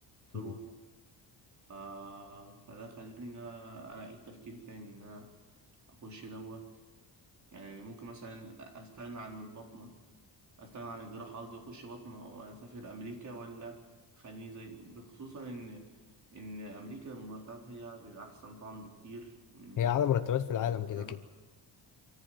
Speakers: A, on the right; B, on the left.
A: تروحه
B: مم.
A: ف... فده خلاني ان انا انا اعيد تفكيري تاني ان انا اخش دوت يعني ممكن مثلا استغنى عن البطنه استغنى عن الجراحة قصدي واخش بطنة واسافر امريكا ولا خليني زي بخصوصا ان ان امريكا المرتبات هي بيبقى احسن طبعا بكتير من
B: هي أعلى مرتبات
A: من
B: في
A: انجلترا
B: العالم كده كده